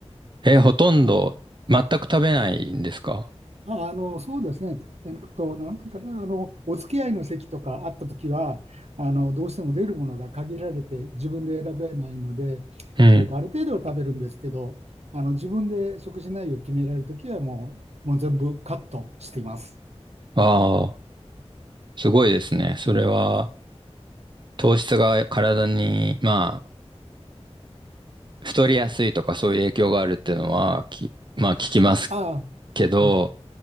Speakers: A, on the right; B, on the right.
A: え、ほとんど全く食べないんですか
B: あ、あの、そうですね。えっと、なんていうかな、あの、お付き合いの席とかあったときは、あの、どうしても出るものが限られて、自分で選べないので、
A: うん。
B: えっと、ある程度は食べるんですけど、あの、自分で食事内容を決められるときは、もう、もう全部カットしています。
A: ああ、すごいですね。それは糖質が体に、まあ、太りやすいとかそういう影響があるっていうのは、き、まあ聞きます
B: あ
A: けど、
B: あ、はい